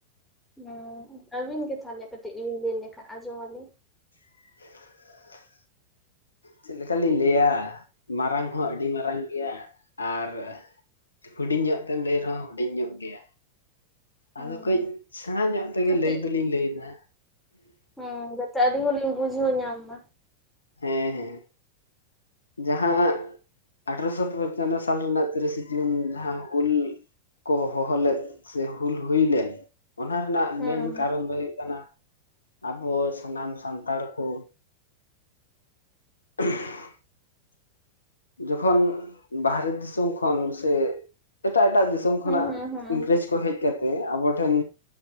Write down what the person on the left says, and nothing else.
<unintelligible> ᱪᱮᱫ ᱞᱮᱠᱟᱞᱤᱧ ᱞᱟᱹᱭᱟ ᱢᱟᱨᱟᱝ ᱦᱚᱸ ᱟᱹᱰᱤ ᱢᱟᱨᱟᱝ ᱜᱮᱭᱟ ᱟᱨ ᱦᱩᱰᱤᱧ ᱧᱚᱜ ᱛᱮᱢ ᱞᱟᱹᱭ ᱨᱮᱦᱚᱸ ᱦᱩᱰᱤᱧ ᱧᱚᱜ ᱜᱮᱭᱟ
ᱟᱫᱚ ᱠᱟᱹᱡ ᱥᱮᱬᱟ ᱧᱚᱜ ᱛᱮᱜᱮ
ᱞᱟᱹᱭ ᱫᱚᱞᱤᱧ ᱞᱟᱹᱭ ᱫᱟ
ᱦᱮᱸ ᱦᱮᱸ ᱡᱟᱦᱟᱸ ᱟᱴᱷᱨᱚᱥᱚ ᱯᱚᱧᱪᱟᱱᱱᱚ ᱥᱟᱞ ᱨᱮᱱᱟᱜ ᱛᱤᱨᱤᱥᱮ ᱡᱩᱱ ᱡᱟᱦᱟᱸ ᱦᱩᱞ ᱠᱚ ᱦᱚᱦᱚ ᱞᱮᱫ ᱥᱮ ᱦᱩᱞ ᱦᱩᱭᱞᱮᱱ ᱚᱱᱟ ᱨᱮᱱᱟᱜ
ᱢᱮᱱ ᱠᱟᱨᱚᱱ ᱫᱚ ᱦᱩᱭᱩᱜ ᱠᱟᱱᱟ ᱟᱵᱚ ᱥᱟᱱᱟᱢ ᱥᱟᱱᱛᱟᱲ ᱠᱚ <unintelligible> ᱡᱚᱠᱷᱚᱱ ᱵᱟᱦᱨᱮ ᱫᱤᱥᱚᱢ ᱠᱷᱚᱱ ᱥᱮ ᱮᱴᱟᱜ ᱮᱴᱟᱜ ᱫᱤᱥᱚᱢ ᱠᱷᱚᱱᱟᱜ
ᱤᱝᱨᱮᱡᱽ ᱠᱚ ᱦᱮᱡ ᱠᱟᱛᱮ ᱟᱵᱚ ᱴᱷᱮᱱ